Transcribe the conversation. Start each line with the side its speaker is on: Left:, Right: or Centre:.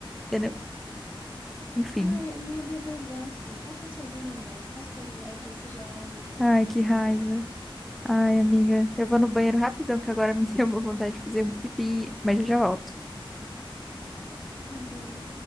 Centre: entendeu? Enfim.
Left: Ah, é meu bebezão, sim. Faça sozinho, meu. Faça com a Gillette aí, seja homem.
Centre: Ai, que raiva. Ai, amiga, eu vou no banheiro rapidão, que agora <laughs> me deu uma vontade de fazer um pipi, mas eu já volto.
Left: Tá bom.